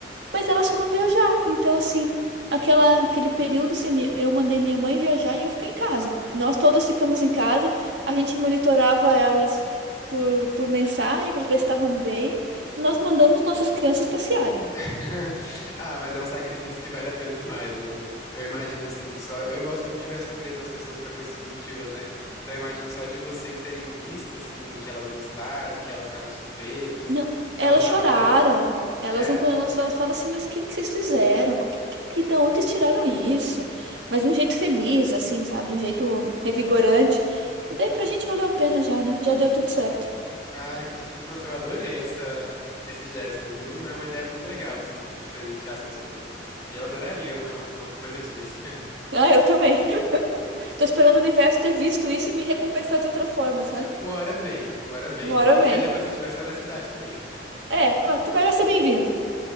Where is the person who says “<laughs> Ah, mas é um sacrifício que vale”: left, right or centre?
Left